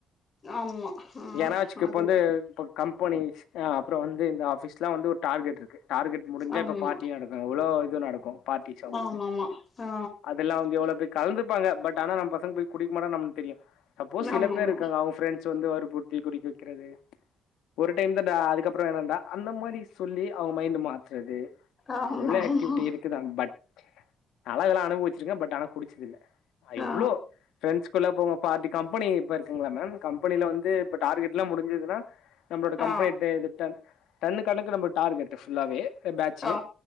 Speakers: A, on the left (about 35°); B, on the left (about 80°).
A: ஆமா ஆ
B: ஏனா வெச்சுக்க
A: அதுதா
B: இப்ப வந்து இப்ப கம்பெனிஸ் அ அப்றோ வந்து இந்த ஆஃபீஸ்லா வந்து ஒரு டார்கெட் இருக்கு டார்கெட் முடிஞ்சா
A: ஆமாமா
B: இப்ப பார்ட்டி நடக்கு எவ்ளோ இது நடக்கு பார்ட்டிஸ் அவுங்களுக்கு
A: ஆமாமா
B: அது
A: ஆ
B: அப்பில்லா வந்து எவ்ளோ கலந்துப்பாங்க பட் ஆன நம் பசங்க போய் குடிக்க மாட்டங் நம்ளுக் தெரியு சப்போஸ் சில
A: ஆமாமா
B: பேர் இருக்காங்க அவுங்க ஃப்ரெண்ட்ஸ் வந்து வற்புறுத்தி குடி வெக்கிறது. ஒரு டைம் தான்ண்டா அதுக்கப்புறம் வேணாம்டா அந்த மாரி சொல்லி அவுங்க மைண்ட் மாத்துறது.
A: ஆமா
B: எவ்ளோ
A: ஆமா
B: ஆக்டிவிட்டி இருக் க்கு தா பட் நால்லா இதெல்லா அனுபவிச்சிருக்கே பட் ஆன குடிச்சதில்ல எவ்ளோ
A: ஆ
B: ஃப்ரெண்ட்ஸ் ல்ல போவாங் பார்ட்டி கம்பெனி இப்ப இருக்குங்கள மேம் கம்பெனில வந்து இப்ப டார்கெட்லா முடிஞ்சிதுனா நம்மளோட கம்பெனிட்ட
A: ஆ
B: இது டன் டன்னு கணக்குல நம்ம டார்கெட் ஃபுல்லாவே பேட்ச்சு
A: ஆ